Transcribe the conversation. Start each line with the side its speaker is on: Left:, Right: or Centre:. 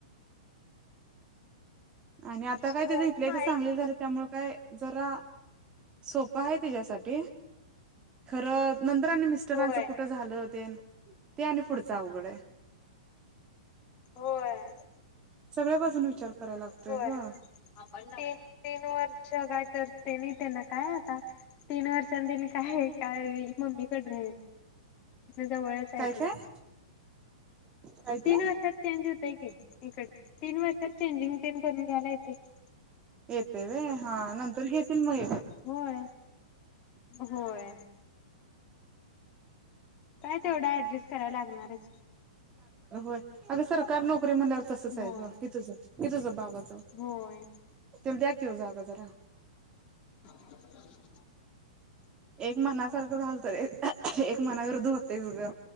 Right: आणि आता
Left: सोनू
Right: काय त इथलं इथ
Left: माळी
Right: चांगल झाल त्यामुळ काय जरा सोप- पय तिच्यासाठी खरं नंतर आणि मिस्टरांचं
Left: होय
Right: कुठं झालं- तेन ते आणि पुढच अवघड-
Left: होय.
Right: सगळ्या बाजून विचार- करायला लागतोय
Left: होय
Right: ग
Left: तीन तीन वर्ष काय तर तेनी ते ना काय? आता तीन वर्षांन तेनी काय काय मम्मी कड- जवळच आहे
Right: काय
Left: ते-
Right: काय काय
Left: तीन
Right: ते
Left: वर्षात चेंज होतय की इकड तीन वर्षात चेंजिंग तेन करून घ्यायला येतय की-
Right: येतेव व्हय हा नंतर हे घेतील म-
Left: होय होय. काय तेवढा ऍडजस्ट कराय लागणारच.
Right: अग सरकारी नोकरी म्हंटल्याव अर्थ तसच
Left: होय
Right: हाय इझ इझ- बाबाज
Left: होय
Right: तेला द्या की हो जागा जरा-
Left: <inaudible>
Right: एक मनासारखं झालत रे एक मनाविरुद्ध होतय ग